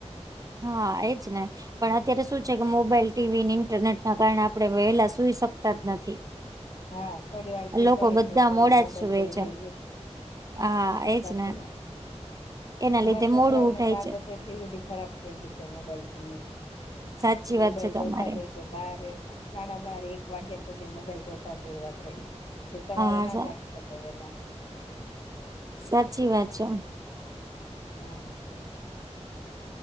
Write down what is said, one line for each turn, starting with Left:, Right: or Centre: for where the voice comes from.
Right: હા એજ ને. પણ અત્યારે શું છે કે મોબાઈલ ટીવી ઇન્ટરનેટ ના કારણે આપડણે વહેલા સુઈ શકતા જ નથી.
Left: હા થોડી વાર ફ્રી
Right: લોકો
Left: પડીે
Right: બધા
Left: તો ચલો
Right: મોડા
Left: મોબાઈલ
Right: જ સુવે
Left: જોઈ
Right: છે
Left: લઈએ.
Right: હા એજ
Left: સાચી
Right: ને
Left: વાત છે.
Right: એના
Left: એમાં
Right: લીધે
Left: છોકરાઓની
Right: મોડું ઉઠાય
Left: તો આદત
Right: છે.
Left: એટલી બધી ખરાબ થઈ ગઈ છે મોબાઈલ થી જ
Right: સાચી
Left: એ
Right: વાત
Left: મોબાઈલ
Right: છે તમારે
Left: જોતા જ હોય બ સાડા બારે એક વાગ્યા સુધી મોબાઈલ જોતા જોઈ રાત્રે. જે સવારે
Right: હા
Left: ના
Right: સા
Left: જાગી શકે વેલા.
Right: સાચી વાત છે.
Left: હમ.